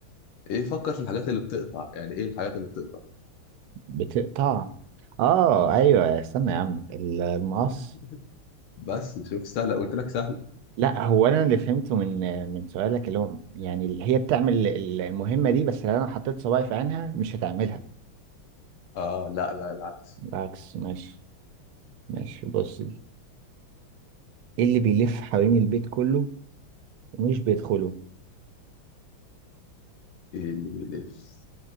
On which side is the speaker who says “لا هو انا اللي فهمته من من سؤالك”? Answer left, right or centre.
Right